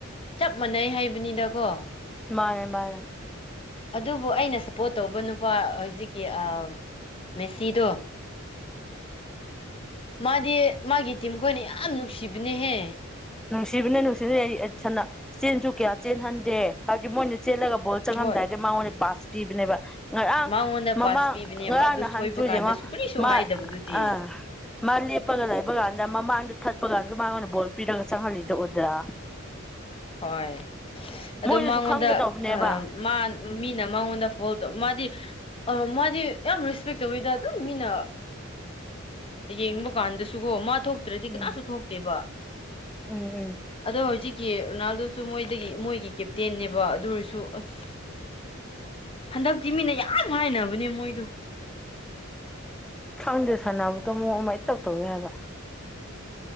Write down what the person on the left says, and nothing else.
ꯆꯞ ꯃꯥꯟꯅꯩ ꯍꯥꯏꯕꯅꯤꯗꯀꯣ
ꯑꯗꯨꯕꯨ ꯑꯩꯅ ꯁꯞꯄꯣꯔꯠ ꯇꯧꯕ ꯅꯨꯄꯥ ꯍꯧꯖꯤꯛꯀꯤ ꯑꯥ ꯃꯦꯁꯤꯗꯣ ꯃꯥꯗꯤ ꯃꯥꯒꯤ ꯇꯤꯝ ꯈꯣꯏꯅ ꯌꯥꯝ ꯅꯨꯡꯁꯤꯕꯅꯦꯍꯦ
ꯍꯣꯏ
ꯃꯉꯣꯟꯗ
ꯄꯥꯁ ꯄꯤꯕꯅꯦꯕ
ꯑꯗꯨ
ꯁꯣꯏꯕ ꯀꯥꯟꯗꯁꯨ
ꯀꯔꯤꯁꯨ
ꯍꯥꯏꯗꯕꯗꯨꯗꯤ
ꯍꯣꯏ ꯑꯗꯣ
ꯃꯉꯣꯟꯗ
ꯑꯤ ꯃꯥ ꯃꯤꯅ ꯃꯉꯣꯟꯗ ꯐꯣꯜ ꯇꯧ ꯃꯥꯗꯤ ꯑꯥ ꯃꯥꯗꯤ ꯌꯥꯝ ꯔꯦꯁꯄꯦꯛ ꯇꯧꯋꯤꯗ ꯑꯗꯨꯝ ꯃꯤꯅ ꯌꯦꯡꯕ ꯀꯥꯟꯗꯁꯨꯀꯣ ꯃꯥ ꯊꯣꯛꯇ꯭ꯔꯗꯤ
ꯀꯅꯥꯁꯨ ꯊꯣꯛꯇꯦꯕ
ꯑꯗꯣ ꯍꯧꯖꯤꯛꯀꯤ ꯔꯣꯅꯥꯜꯗꯣꯁꯨ ꯃꯣꯏꯗꯒꯤ ꯃꯣꯏꯒꯤ ꯀꯦꯞꯇꯦꯟꯅꯦꯕ ꯑꯗꯨ ꯑꯣꯏꯔꯁꯨ ꯑꯁ ꯍꯟꯗꯛꯇꯤ ꯃꯤꯅ ꯌꯥꯝ ꯍꯥꯏꯅꯕꯅꯦ ꯃꯣꯏꯗꯨ